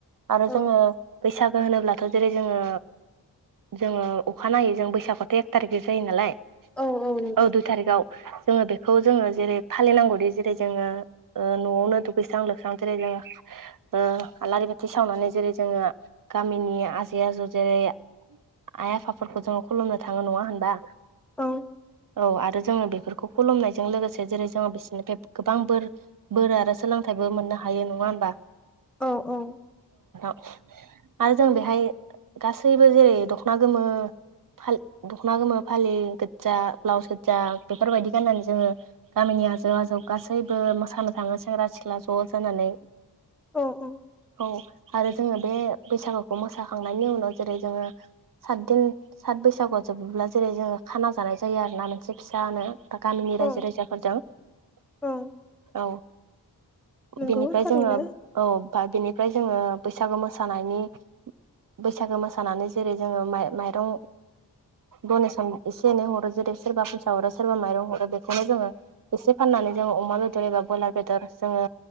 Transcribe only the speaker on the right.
आरो जोङो बैसागो होनोब्लाथ' जेरै जोङो जोङो अखाानायनायै जों बैसागुथ' एक थारिख जायो नालाय।
<inaudible> औ दुइ थारिखाव जोङो बेखौ जोङो जेरै फालिनांगौदि जेरै जोङो ओ न'आवनो दुगैस्रां लोबस्रां जेरै जोङो ओ आलारि बाथि सावनानै जेरै जोङो गामिनि आजै आजौ जेरै आइ आफाफोरखौ जोंङो खुलुमनो थाङो नङा होनबा?
औ आरो जोङो बेफोरखौ खुलुमनायजों लोगोसे जेरै जोङो बिसोरनिफ्राय गोबां बोर बोरा आरो सोलोंथाइबो मोननो हायो नङा होमबा?
आरो
जों बेहाय गासैबो जेरै दखना गोमो फा- दखना गोमो फालि गोजा ब्लाउस गोजा बेफोरबायदि गाननानै जोंङो गामिनि आजौ आजौ गासैबो मोसानो थाङो सेंग्रा सिख्ला ज' जानानै
औ आरो जोङो बे बैसागुखौ मोसाखांनायनि उनाव जेरै जोङो सातदिन सात बैसागुआव जोबोब्ला जेरै जोङो खाना जानाय जायो आरो ना मोनसे फिसानो। दा गामिनि
रायजो राजाफोरजों <inaudible>
औ
बेनिफ्राय
जोङो औ बा बेनिफ्राय जोंङो बैसागो मोसानायनि बैसागो मोसानानै जेरै जोंङो माय माइरं डनेसन एसे एनै हरो जेरै सोरबा फैसा हरो सोरबा माइरं हरो बेखौनो जोंङो एसे फाननानै नानै अमा बेदर एबा ब्रयलार बेदर जोंङो